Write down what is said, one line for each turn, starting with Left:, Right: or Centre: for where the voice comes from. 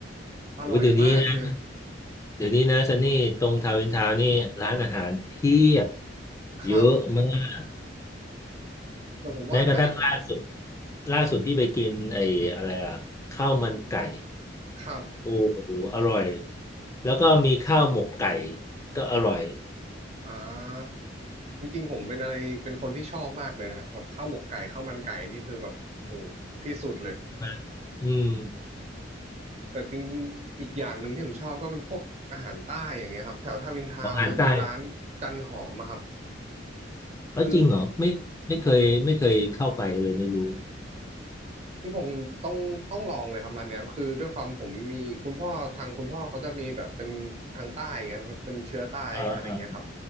Right: อร่อยมากเลย
Left: โอ้ยเดี๋ยวนี้นะเดี๋ยวนี้นะซันนี่ตรงทาวน์อินทาวน์นี่ร้านอาหารเพียบ
Right: ครับ
Left: เยอะมาก
Right: แต่ผมว่าหา
Left: แม้กระทั่งล่าสุดล่าสุดที่ไปกินไอ้อะไรอ่ะข้าวมันไก่
Right: ครับ
Left: โอ้โหอร่อยแล้วก็มีข้าวหมกไก่ก็อร่อย
Right: อ่าจริงๆผมเป็นอะไรเป็นคนที่ชอบมากเลยนะฮะแบบข้าวหมกไก่ข้าวมันไก่นี่คือแบบโอ้โหที่สุดเลย
Left: นะอืม
Right: แต่จริงๆอีกอย่างหนึ่งที่ผมชอบก็เป็นพวกอาหารใต้อย่างเงี้ยครับแถวทาวินทาวน์จะมีร้านจันหอมอะครับ
Left: ของอาหารใต้ แล้วจริงเหรอไม่ไม่เคยไม่เคยเข้าไปเลยไม่รู้
Right: คือที่ผมต้องต้องลองเลยครับร้านเนี้ยคือด้วยความผมมีคุณพ่อทางคุณพ่อเขาจะมีแบบเป็นทางใต้อย่างเงี้ยเป็นเชื้อใต้อะไรเงี้ยครับ
Left: เออเออ